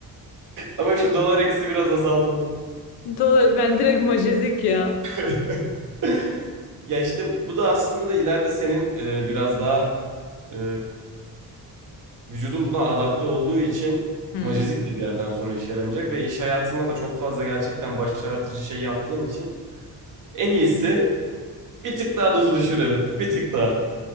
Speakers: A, on the right (about 50°); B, on the left (about 80°).
A: Ama şu dolar eksi biraz azaltalım.
B: Doğru, ben direkt majezik ya.
A: <laughs> Ya işte bu da aslında ileride senin e, biraz daha e, vücudun buna adapte olduğu için
B: Hmm.
A: majezik de bir yerden sonra işe yaramayacak ve iş hayatında da çok fazla gerçekten başartıcı şey yaptığın için en iyisi Bir tık daha dozu düşürelim. Bir tık daha.